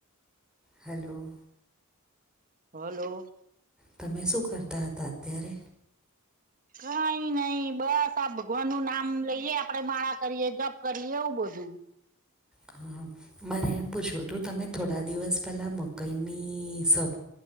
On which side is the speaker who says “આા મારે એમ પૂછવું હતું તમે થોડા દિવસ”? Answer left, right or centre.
Centre